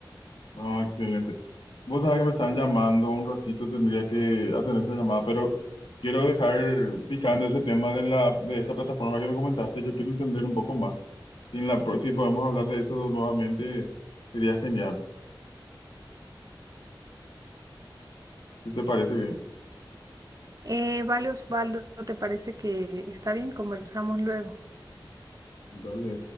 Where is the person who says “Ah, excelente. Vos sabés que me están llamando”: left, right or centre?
Left